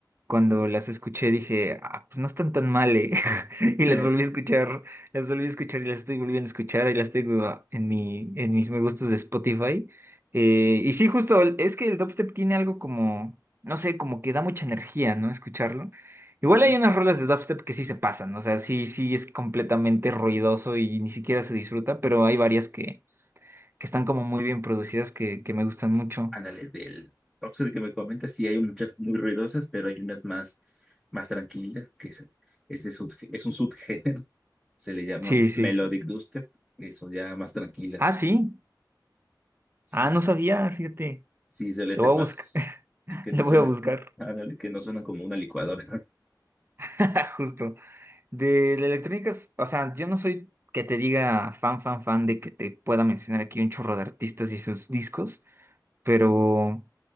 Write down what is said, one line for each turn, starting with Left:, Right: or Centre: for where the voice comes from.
Right: cuando las escuché dije, ah, pues no están tan mal, eh". <laughs> Y las
Centre: <laughs>
Right: volví a escuchar, las volví a escuchar y las estoy volviendo a escuchar y las tengo en mi, en mis me gustos de Spotify. Eh, y sí, justo, es que el dubstep tiene algo como, no sé, como que da mucha energía, ¿no? Escucharlo. Igual
Centre: Ándale.
Right: hay unas rolas de dubstep que sí se pasan, o sea, sí, sí es completamente ruidoso y ni siquiera se disfruta, pero hay varias que que están como muy bien producidas, que, que me gustan mucho.
Centre: Ándale, del Oxxo que me comentas, sí hay muchas muy ruidosas, pero hay unas más, más tranquilas, que es, es, de sub- es un subgénero, se le llama
Right: Sí, sí.
Centre: Melodic Dubstep, que son ya más tranquilas.
Right: Ah, sí.
Centre: Sí,
Right: Ah,
Centre: s-
Right: no sabía, fíjate.
Centre: sí suele
Right: Lo
Centre: ser
Right: voy a
Centre: más,
Right: buscar. <laughs>
Centre: que
Right: Lo
Centre: no suenan,
Right: voy a buscar.
Centre: ándale, que no suenan como una licuadora. <laughs>
Right: <laughs> Justo. De la electrónica, es- o sea, yo no soy que te diga fan, fan, fan de que te pueda mencionar aquí un chorro de artistas y sus discos, pero,